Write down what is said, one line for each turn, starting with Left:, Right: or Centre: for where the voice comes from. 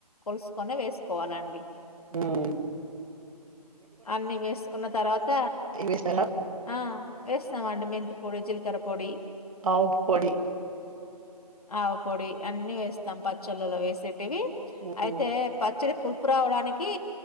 Left: కొలుసుకుొనే వేసుకోవాలండి
Right: ఉమ్
Left: అన్నిీ వేసుకున్న తర్వాత
Right: వేస్ వేస్తారా?
Left: ఆ వేస్తామఅండి మెంతి పొడి జీలకర్ర పొడి
Right: అవ్ పొడి
Left: ఆవ పొడి అన్నీ వేస్తాం పచ్చళ్ళలో వేసేటివి
Right: హ్మ్.
Left: అయితే పచ్చ పచ్చడి పులుపు రావడానికి